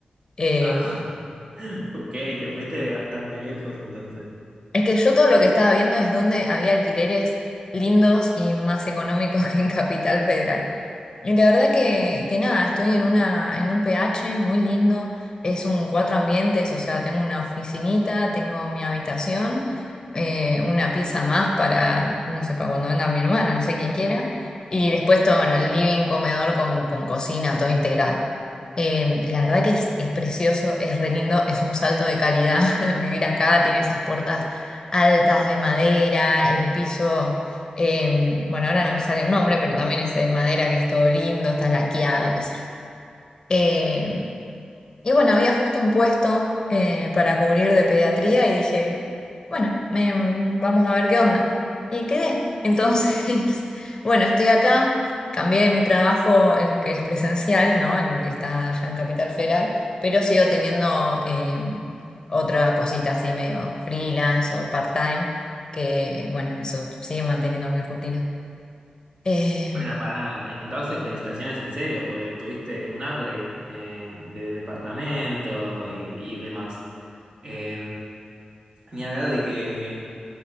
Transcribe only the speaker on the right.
Ah, <laughs> ok, te fuiste bastante lejos entonces.
Bueno, para entonces felicitaciones en serio, porque tuviste un upgrade eh, de departamento y, y demás. Eh, ni hablar de que